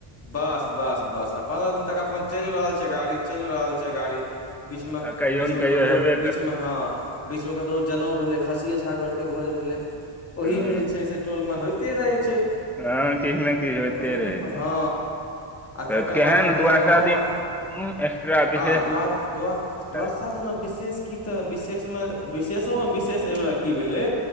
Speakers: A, on the left; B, in the centre.
A: बस बस बस आ पन्द्रह दिन तक अपन चलि रहल छै गाड़ी चलि रहल छै गाड़ी बीचमे
B: आ कहियो
A: बीचमे
B: ने कहियो
A: ककरो
B: हेबे
A: बीचमे
B: कर
A: हँ बीच मे ककरो जनेउ भेले खसी छागर के भोज भेले ओहि
B: हँ
A: मे जे छै से टोल मे होय दे रहै छै
B: हँ किछ नइ किछ होइते
A: ओहिमे
B: रहै
A: अपन
B: छै
A: हँ आ
B: तऽ
A: तकर
B: केहन
A: बाद हमरा
B: दुआसा
A: गाँवमे
B: दिन एक्स्ट्रा विशेष
A: आ दुआ दुआ दुआसा
B: कर।
A: दिना विशेष की तऽ विशेषमे विशेषोमे विशेष एहिब की भेलै